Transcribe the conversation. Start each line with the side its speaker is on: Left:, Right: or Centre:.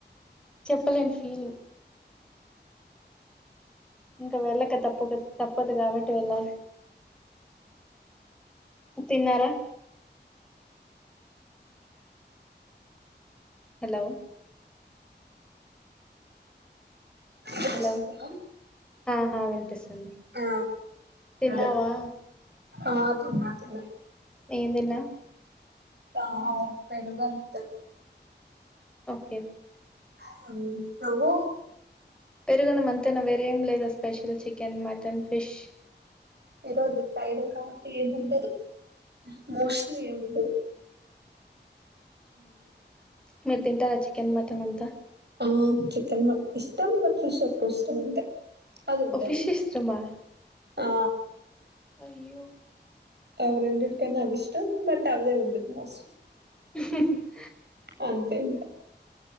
Centre: చెప్పలేని ఫీలింగ్ ఇంకా వెళ్ళక తప్పుక తప్పదు కాబట్టి వెళ్ళాలి తిన్నారా హలో
Right: వినిపిస్తుందా
Centre: హలో ఆహా వినిపిస్తుది
Right: ఆ
Centre: తిన్నావా
Right: అదే ఆ తిన్నా తిన్నా
Centre: ఏం తిన్న
Right: ఆ పెరుగు అన్నం
Centre: కే
Right: నువ్వు
Centre: పెరుగు అన్నం అంతేనా వేరే ఏం లేదు స్పెషల్ చికెన్, మటన్, ఫిష్
Right: ఈరోజు ఫ్రైడే కాబట్టి ఏమి ఉండదు మోస్ట్లీ ఏముండదు
Centre: మీరు తింటారా చికెన్, మటన్ అంత
Right: ఆ చికెన్ ఇష్టం బట్ ఫిష్ ఎక్కువ ఇష్టం అంతే అదుండది
Centre: ఓ ఫిష్ ఇష్టమా
Right: ఆ
Centre: అయ్యో
Right: అవి రెండిటి కన్నా అవి ఇష్టం బట్ అదే ఉండిద్ది మోస్ట్లీ
Centre: <unintelligible>
Right: అంతే ఇంకా